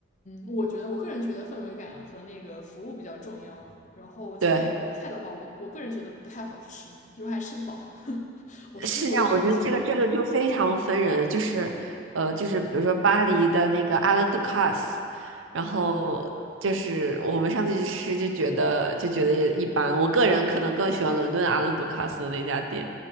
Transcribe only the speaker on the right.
对，
是这样。我觉得这个这个就非常分人，就是呃，就是比如说巴黎的那个阿兰杜卡斯，然后就是我们上次去吃就觉得就觉得也一般。我个人可能更喜欢伦敦阿兰杜卡斯的那家店，